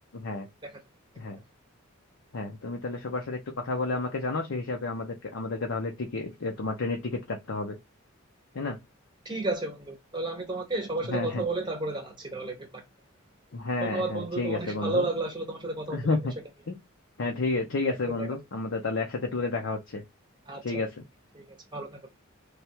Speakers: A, on the left; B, on the right.
A: হ্যাঁ
B: দেখা যাক বাকিটা।
A: হ্যাঁ হ্যাঁ তুমি তাহলে সবার সাথে একটু কথা বলে আমাকে জানো সেই হিসাবে আমাদেরকে আমাদেরকে তাহলে টিকিট তোমার ট্রেনের টিকিট কাটতে হবে তাই না
B: ঠিক আছে বন্ধু। তাহলে আমি তোমাকে সবার সাথে
A: হ্যাঁ
B: কথা
A: হ্যাঁ
B: বলে তারপরে জানাচ্ছি তাহলে বি- বাকিটা।
A: হ্যাঁ
B: ধন্যবাদ
A: হ্যাঁ
B: বন্ধু,
A: ঠিক
B: তো অনেক
A: আছে বন্ধু
B: ভালো লাগলো আসলে তোমার সাথে কথা
A: <laughs>
B: বলে বিষয়টা নিয়ে।
A: হ্যাঁ ঠিক ঠিক
B: বাকিটা
A: আছে বন্ধু
B: দেখা যাবে।
A: আমাদের তাহলে একসাথে ট্যুরে দেখা হচ্ছে
B: আচ্ছা
A: ঠিক
B: বন্ধু,
A: আছে
B: ঠিক আছে। ভালো থাকো।